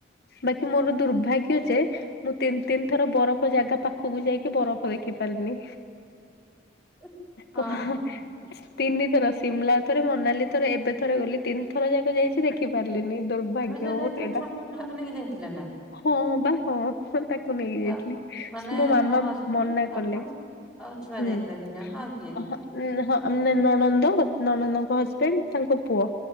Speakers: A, on the left (about 60°); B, in the centre.
A: ବାକି ମୋର ଦୁର୍ଭାଗ୍ୟ ଯେ ମୁଁ ତିନି ତିନି ଥର ବରଫ ଜାଗା ପାଖକୁ ଯାଇକି ବରଫ ଦେଖି ପାରିନି।
B: ହଁ
A: କହଁ
B: ହଁ
A: ତିନି ଥର ସିମଲା ଥରେ ମନାଲି ଥରେ ଏବେ ଥରେ ଗଲି। ତିନି ଥର ଯାକ ଯାଇଚି ଦେଖି ଦେଖି ପାରିଲିନି ଦୁର୍ଭାଗ୍ୟ
B: ଏବେ ଯୋଉ
A: ଅ
B: ଯାଇଥିଲେ
A: ଏଇଟା।
B: ଛୋଟ ପିଲାକୁ ନେଇକି ଯାଇଥିଲେ ନା?
A: ହଁ ବା ହଁଁ ତାକୁ ନେଇ ଯାଇଥିଲି।
B: ଆ- ମାନେ
A: ମୋ
B: ଆପଣ
A: ମାମା
B: ହଜବେଣ୍ଡ
A: ମନା
B: ଆପଣ
A: କଲେ।
B: ଆଉ ଛୁଆ
A: ହୁଁ।
B: ଯାଇଥିଲେ ତିନି ଜଣ ନା ଆଉ କିଏ?
A: ଉଁ ହଁ ନାଇଁ ନଣନ୍ଦ, ନଣନ୍ଦଙ୍କ ହଜବେଣ୍ଡ ତାଙ୍କ ପୁଅ।